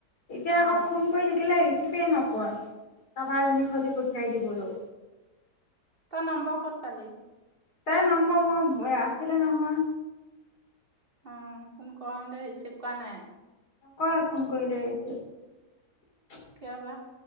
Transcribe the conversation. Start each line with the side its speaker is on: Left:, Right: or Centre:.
Left: এতিয়া
Right: অ
Left: আকৌ ফোন কৰি থাকিলে ৰিচিভেই নকৰে, কাৰোবাৰ এজনী সৈতে পঠিয়াই দিবলৈ।
Right: তই নম্বৰ ক'ত পালি?
Left: তাই নম্বৰ মই আছিলে নহয়।
Right: অ, ফোন কৰোতে, ৰিচিভ কৰা নাই।
Left: ক'ৰ ফোন কৰিলে ৰিচিভ।
Right: কিয় বা?